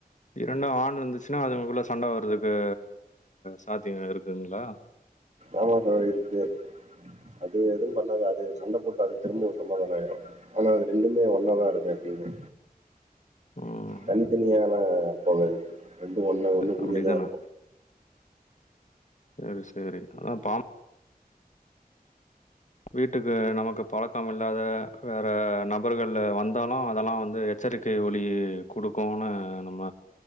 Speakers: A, on the left; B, on the right.
A: இரண்டு ஆண் இருந்துச்சுன்னா அதுக்குள்ள சண்ட வறதுக்கு சாத்திய இருக்குங்களா
B: ஆமா சகோ இருக்கு அது எதுவு பண்ணாது அது சண்ட போட்டு அது திரும்ப சமாதானம் ஆயிரு ஆனா அது ரெண்டுமே ஒன்னாதா இருக்கு எப்பயுமே
A: ம்
B: தனித்தனியால்லா போகாது ரெண்டு ஒண்ணு ஒண்ணு கூடியேதா
A: அப்டிதானா?
B: இரு
A: சேரி சேரி அதா பாம் வீட்டுக்கு நமக்கு பழக்கம் இல்லாத வேற நபர்கள் வந்தாலு அதெல்லா வந்து எச்சரிக்க ஒலிய குடுக்குனு நம்ம